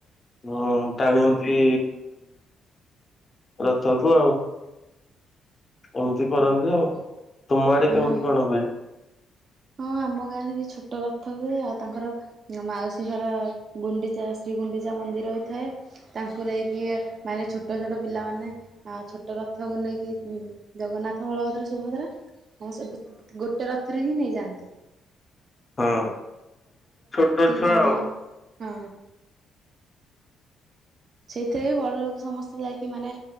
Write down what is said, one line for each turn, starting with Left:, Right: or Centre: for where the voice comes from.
Left: ଉଁ ଟାଣନ୍ତି ରଥକୁ ଆଉ। ଏମତି କରନ୍ତି
Right: ହଁ ହଁ
Left: ଆଉ। ତୁମ ଆଡେ
Right: ଆମ
Left: କେମିତି କଣ ହୁଏ?
Right: ହଁ ଆମ ଗାଁରେ ବି ଛୋଟ ରଥ ହୁଏ। ଆଉ ତାଙ୍କର ମାଉସୀ ଘର ଗୁଣ୍ଡିଚା ଶ୍ରୀ ଗୁଣ୍ଡିଚା ମନ୍ଦିର ବି ଥାଏ। ତାଙ୍କୁ ନେଇକି ମାନେ ଛୋଟ ଛୋଟ ପିଲାମାନେ ଆ ଛୋଟ ରଥକୁ ନେଇକି ଉଁ ଜଗନ୍ନାଥ, ବଳଭଦ୍ର, ସୁଭଦ୍ରା ହଁ ସେ ଗୋତ୍ ଗୋଟେ ରଥରେ ହିଁ ନେଇଯା ଦେ
Left: ହଁ ଛୋଟ ଛୁଆ
Right: ତାଙ୍କ
Left: ଆଉ।
Right: ମା ହଁ ସେଇଥିରେ ବି ବଡ଼ ଲୋକ ସମସ୍ତେ ଯାଇକି ମାନେ